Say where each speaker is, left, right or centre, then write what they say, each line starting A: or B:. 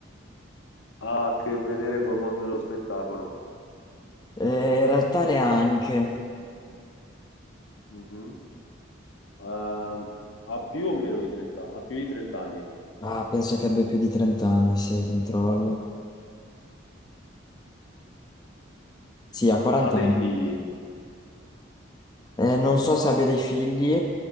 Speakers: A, on the left (about 75°); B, on the left (about 20°).
A: ha a che vedere col mondo dello spettacolo.
B: Eh, in realtà neanche.
A: Mhm. Ehm, ha più o meno di 30, ha più di 30 anni,
B: Ah, penso che abbia più di 30 anni, sì, controllo. Sì, ha 40
A: ha dei
B: anni.
A: figli.
B: Eh, non so se abbia dei figli,